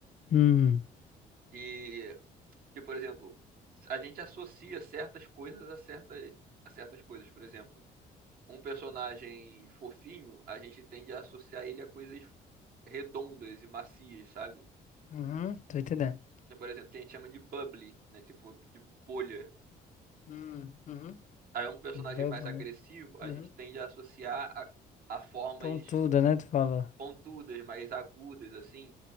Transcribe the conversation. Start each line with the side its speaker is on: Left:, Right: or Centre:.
Left: Hum,
Right: E que, por exemplo, a gente associa certas coisas a certa a certas coisas. Por exemplo, um personagem fofinho, a gente tende a associar ele a coisas redondas e macias, sabe?
Left: Uhum, tô entendendo.
Right: Então, Por exemplo, que a gente chama de bubbly, né? Tipo, de bolha.
Left: hum uhum.
Right: Aí um personagem
Left: De bubble,
Right: mais agressivo,
Left: né?
Right: a
Left: Uhum.
Right: gente tende a associar a, a formas
Left: Pontuda, né? Tu fala.
Right: pontudas, mais agudas, assim,